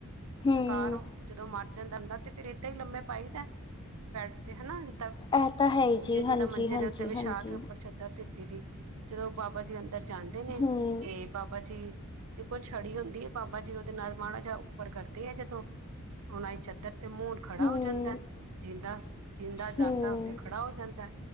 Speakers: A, on the left (about 20°); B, on the right (about 70°).
A: ਹੂੰ
B: ਸਕਾਰੋ ਜਦੋਂ ਮਰਦ ਜਾਂਦਾ ਤੇ ਫਿਰ ਏਦਾਂ ਹੀ ਲੰਮੇ ਪਾਈ ਦਾ ਪੈਡ ਤੇ ਹਨਾ ਪੁੰਜੇ
A: ਇਹ ਤਾਂ ਹੈ ਹੀ ਜੀ
B: ਜੇਦਾਂ
A: ਹਾਂਜੀ
B: ਮੰਜੇ
A: ਹਾਂਜੀ
B: ਦੇ ਉੱਤੇ ਵਿਛਾ
A: ਹਾਂਜੀ
B: ਕੇ ਉੱਪਰ ਚਧ ਤੇ ਟਿਟੀ। ਜਦੋਂ ਬਾਬਾ ਜੀ ਕਹਿੰਦੇ ਉਧਰ ਜਾਂਦੇ ਨੇ
A: ਹੂੰ
B: ਤੇ ਬਾਬਾ ਜੀ ਤੇ ਕੋੁਲ ਛੜੀ ਹੁੰਦੀ ਹੈ ਬਾਬਾ ਜੀ ਉਹਦੇ ਨਾਲ ਮਾੜਾ ਜਿਹਾ ਉੱਪਰ ਕਰਦੇ ਆ ਜਦੋਂ ਉਹਣਾਈ ਚਾਦਰ ਤੇ ਮੂੰਹਣ ਖੜਾ
A: ਹੂੰ
B: ਹੋ ਜਾਂਦਾ ਜਿੰਦਾ ਜਿੰਦਾ ਜਾਗਦਾ
A: ਹੂੰ
B: ਉੱਥੇ ਖੜਾ ਹੋ ਜਾਂਦਾ।